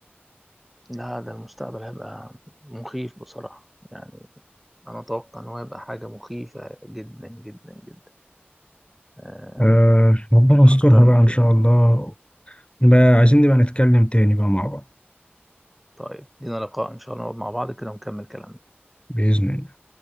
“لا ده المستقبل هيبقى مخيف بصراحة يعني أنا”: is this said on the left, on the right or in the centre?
Centre